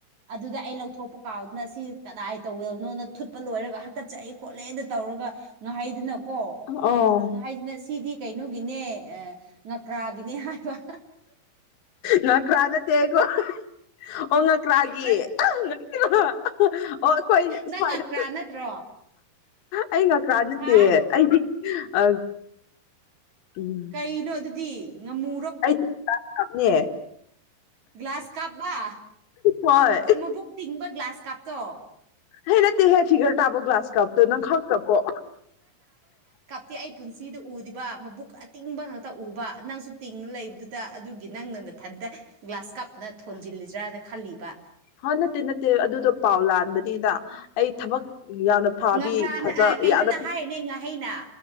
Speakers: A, on the right (about 40°); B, on the left (about 75°).
A: ꯑꯗꯨꯗ ꯑꯩ ꯂꯧꯊꯣꯛꯄ ꯀꯥꯎ ꯅ ꯁꯤ ꯀꯗꯥꯏ ꯇꯧꯋꯦꯕꯅꯣꯅ ꯊꯨꯠꯄ ꯂꯣꯏꯔꯒ ꯍꯥꯀꯠꯆꯑ ꯈꯣꯠꯂꯦꯅ ꯇꯧꯔꯒ ꯉꯍꯩꯗꯨꯅꯀꯣ
B: ꯑꯣ
A: ꯍꯥꯏꯁꯤꯅ ꯁꯤꯗꯤ ꯀꯩꯅꯣꯒꯤꯅꯦ ꯉꯀ꯭ꯔꯥꯒꯤꯅꯦ ꯍꯥꯏꯕ
B: ꯉꯀ꯭ꯔꯥꯗ ꯇꯦꯒꯣ ꯑꯣ ꯉꯀ꯭ꯔꯥꯒꯤ
A: ꯅꯪ
B: ꯑꯣ ꯑꯩꯈꯣꯏ
A: ꯅꯪ
B: ꯁ꯭ꯋꯥꯏꯗ
A: ꯉꯀ꯭ꯔꯥ ꯅꯠꯇ꯭ꯔꯣ
B: ꯑꯩ ꯉꯀꯥ ꯅꯠꯇꯦ
A: ꯍꯥ
B: ꯑꯩꯗꯤ ꯑ ꯎꯝ
A: ꯀꯩꯅꯣ ꯑꯗꯨꯗꯤ ꯉꯝꯃꯨ
B: ꯑꯩꯗꯤ ꯀꯞꯅꯦ
A: ꯒ꯭ꯂꯥꯁ ꯀꯥꯞꯕ
B: ꯍꯣꯏ
A: ꯑꯣ ꯃꯕꯨꯛ ꯇꯤꯡꯕ ꯒ꯭ꯂꯥꯁ ꯀꯥꯞꯇꯣ
B: ꯍꯩ ꯅꯠꯇꯦꯍꯦ ꯐꯤꯒꯔ ꯇꯥꯕ ꯒ꯭ꯂꯥꯁ ꯀꯞꯇꯣ ꯅꯪ ꯈꯪꯛꯇꯄꯣ
A: ꯇꯤ ꯑꯩ ꯄꯨꯟꯁꯤꯗ ꯎꯗꯕ ꯃꯕꯨꯛ ꯑꯇꯤꯡꯕ ꯉꯥꯛꯇ ꯎꯕ ꯅꯪꯁꯨ ꯇꯤꯡꯉ ꯂꯩꯕꯗꯨꯗ ꯑꯗꯨꯒꯤ ꯅꯪꯅ ꯃꯊꯟꯇ ꯒ꯭ꯂꯥꯁ ꯀꯞꯅ ꯊꯣꯟꯖꯤꯜꯂꯤꯗ꯭ꯔꯅ ꯈꯜꯂꯤꯕ
B: ꯍꯣꯏ ꯅꯠꯇꯦ ꯅꯠꯇꯦ ꯑꯗꯨꯗꯣ ꯄꯥꯎ ꯂꯥꯟꯕꯅꯤꯅ ꯑꯩ ꯊꯕꯛ ꯌꯥꯝꯅ ꯐꯥꯕꯤ
A: ꯉꯀ꯭ꯔꯥꯅ
B: ꯐꯖ
A: ꯑ ꯀꯩꯅꯣꯅ
B: ꯌꯥꯗ
A: ꯍꯥꯏꯔꯤꯅꯦ ꯉꯥꯍꯩꯅ